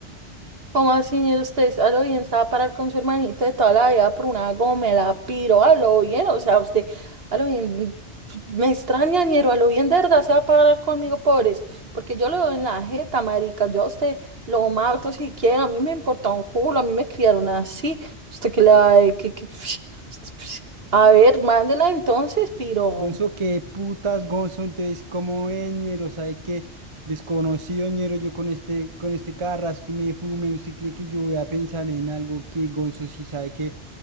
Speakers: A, on the right; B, on the right.
A: ¿Cómo así, ñero, usted a lo bien se va a parar con su hermanito de toda la vida por una gomela, piro, a lo bien, o sea, usted, a lo bien, me extraña, ñero, a lo bien de verdad se va a parar conmigo por eso, porque yo lo veo en la jeta, marica, yo a usted lo mato si quiero, a mí me importa un culo, a mí me criaron así, usted que le va a... que, que- <sniffs> a ver, mándela entonces, piro.
B: Gonzo, qué putas, Gonzo. Entonces, ¿cómo es, ñero? ¿Sabe qué? Desconocido, ñero, yo con este, con este carrasco que me fume, ¿usted cree que yo voy a pensar en algo que Gonzo sí sabe que